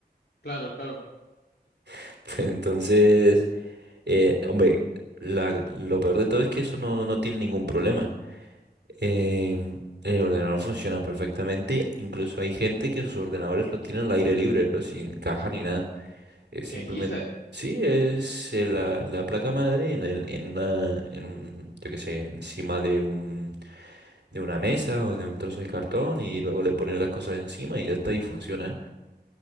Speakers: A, on the left; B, on the right.
A: claro, claro,
B: <laughs> Entonces, eh, hombre, la- lo peor de todo es que eso no, no tiene ningún problema. Em, el ordenador funciona perfectamente. Incluso hay gente que sus ordenadores lo tienen al aire libre, pero sin caja ni nada. Es simplemente...
A: ¿qué dices?
B: Sí, es eh, la, la placa madre en, el, en una, en, un- yo qué sé, encima de un, de una mesa o de un trozo de cartón y luego le ponen las cosas encima y ya está y funciona.